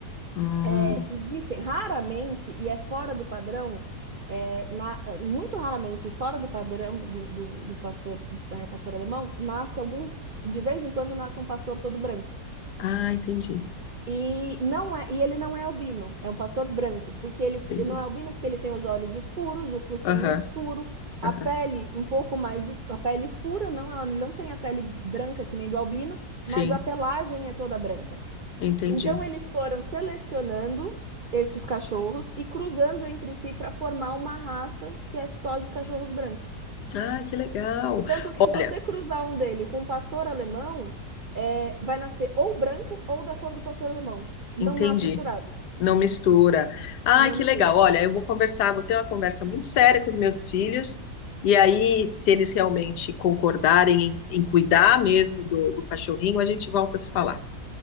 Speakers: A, on the left; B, on the right.
A: Hum.
B: É, Existem raramente, e é fora do padrão, é, na- muito raramente, fora do padrão do, do, do pastor, é, pastor alemão, nasce alguns, de vez em quando nasce um pastor todo branco.
A: Ah, entendi.
B: E não é, e ele não é albino, é um pastor branco, porque ele,
A: Entendi.
B: ele não é albino porque ele tem os olhos escuros, o focinho
A: Aham,
B: escuro, a
A: aham.
B: pele um pouco mais escura, a pele escura, não, ela- ele não tem a pele branca que nem do albino,
A: Sim,
B: mas a pelagem é toda branca.
A: entendi.
B: Então eles foram selecionando esses cachorros e cruzando entre si para formar uma raça que é só de cachorros brancos.
A: Ah, que legal.
B: Tanto que
A: Olha,
B: se você cruzar um dele com um pastor alemão, é, vai nascer ou branco ou da cor do pastor alemão. Não
A: entendi.
B: nasce misturado.
A: Não mistura. Ah,
B: Não
A: que
B: mistura.
A: legal. Olha, eu vou conversar, vou ter uma conversa muito séria com os meus filhos. E aí, se eles realmente concordarem em, em cuidar mesmo do, do cachorrinho, a gente volta a se falar.